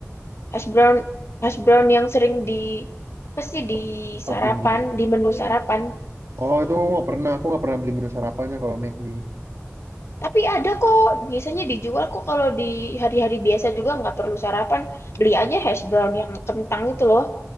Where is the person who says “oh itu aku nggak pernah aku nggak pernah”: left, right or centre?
Right